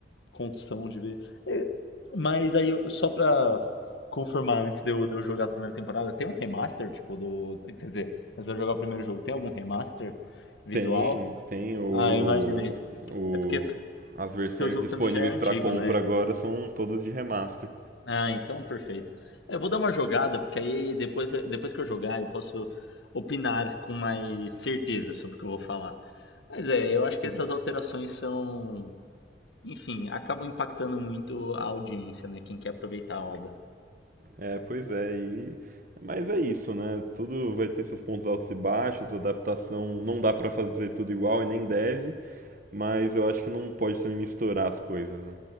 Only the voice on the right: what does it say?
Tem, tem o,
o
as versões
disponíveis
pra compra
agora são todas de remaster.
É, pois é, e... mas é isso, né? Tudo vai ter seus pontos altos e baixos, adaptação não dá pra fazer tudo igual e nem deve, mas eu acho que não pode também misturar as coisas, né?